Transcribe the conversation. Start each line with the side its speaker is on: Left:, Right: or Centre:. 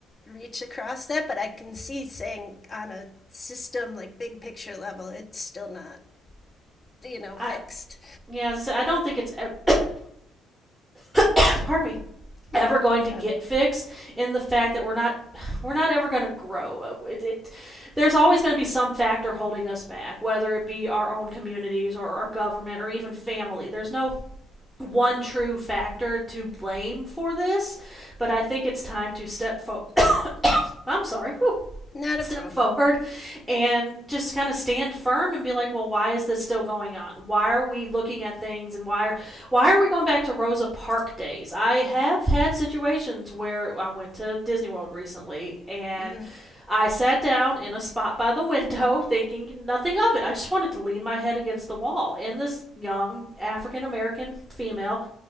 Left: reach across that. But I can see saying on a system like big picture level, it's still not you know fixed.
Centre: I, Yeah, as I said, I don't think it's ever, <coughs> pardon me
Left: No,
Centre: ever
Left: no
Centre: going
Left: problem.
Centre: to get fixed in the fact that we're not <sighs> we're not ever going to grow Uh, it, it there's always going to be some factor holding us back whether it be our own communities or our government or even family there's no one true factor to blame for this but i
Left: Mm.
Centre: think it's time to step forward. <coughs> i'm sorry whew.
Left: Not
Centre: step
Left: a problem.
Centre: forward and just kind of stand firm and be like well why is this still going on why are we looking at things and why are why are we going back to rosa Parks days i have had situations where i went to disney world recently and
Left: hmm
Centre: i sat down in a spot by the window <laughs> thinking nothing of it i just wanted to lean my head against the wall and this young african american female